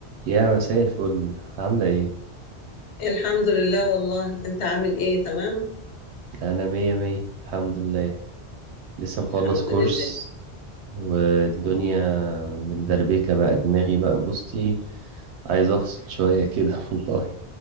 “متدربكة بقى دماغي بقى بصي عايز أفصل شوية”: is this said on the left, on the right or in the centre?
Right